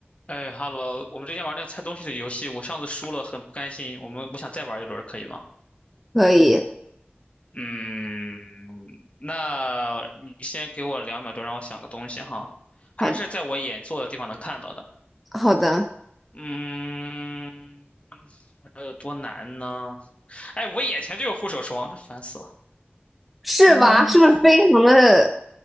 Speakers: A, on the left; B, in the centre.
A: 哎哈喽，我们之前玩那个猜东西的游戏，我上次输了，很不甘心。我们我想再玩一轮，可以吗？
B: 可以，
A: 嗯，那你先给我两秒钟，让我想个东西哈，还是在我眼坐的地方能看到的。
B: 好好的，
A: 嗯，这有多难呢？哎，我眼前就有护手霜，这烦死了。
B: 是吧？
A: 嗯，
B: 是不是非常的？